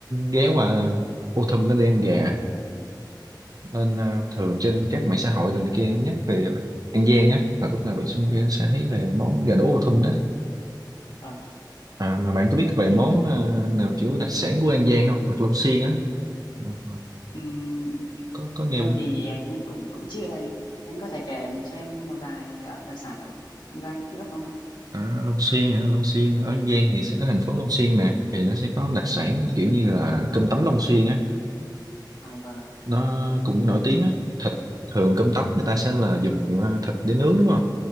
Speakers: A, on the right; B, on the left.
A: ghé qua Ô Thum nó đi ăn gà nên ờ, thường trên các mạng xã hội rồi này kia nhắc về An Giang á là lúc nào bạn cũng sẽ thấy về món gà đỗ Ô Thum đó
B: vâng ạ.
A: à, mà bạn có biết
B: Thế
A: về
B: thì
A: món
B: à,
A: ờ, nào kiểu đặc sản của An Giang không hoặc Long Xuyên á Nào, Hoặc
B: ừm,
A: có có nghe
B: em
A: không?
B: thì cũng cũng cũng chưa anh ạ anh có thể kể cho em một vài à, đặc sản ở An Giang nữa không ạ
A: à, Long Xuyên hả Long Xuyên ở An Giang thì sẽ có thành phố Long Xuyên nè thì nó sẽ có đặc sản kiểu như là cơm tấm Long Xuyên á
B: à vâng
A: nó cũng nổi tiếng á thịt thường cơm tấm người ta sẽ là dùng ờ, thịt để nướng đúng không